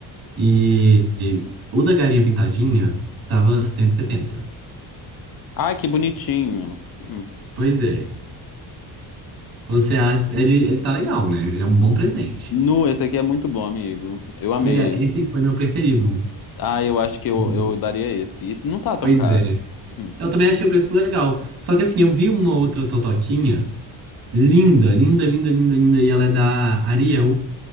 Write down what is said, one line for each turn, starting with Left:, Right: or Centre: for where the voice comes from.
Right: E, e o da galinha pintadinha tava 170.
Left: Ai, que bonitinho. Hum.
Right: Pois é. Você acha. Ele, ele tá legal, né? Ele é um bom
Left: hum.
Right: presente.
Left: Nu, esse aqui é muito bom, amigo. Eu amei
Right: Pois é,
Left: esse.
Right: esse foi meu preferido.
Left: Ah, eu acho que eu,
Right: E-
Left: eu daria esse. E não tá tão
Right: Pois
Left: caro.
Right: é.
Left: Hum.
Right: Eu também achei o preço legal. Só que assim, eu vi uma outra totoquinha linda, linda, linda, linda, linda. E ela é da Ariel,